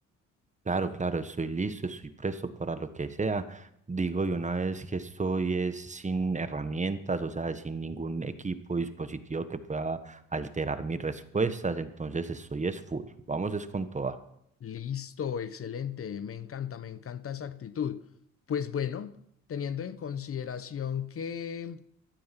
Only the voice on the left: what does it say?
Listo, excelente, me encanta, me encanta esa actitud. Pues bueno, teniendo en consideración que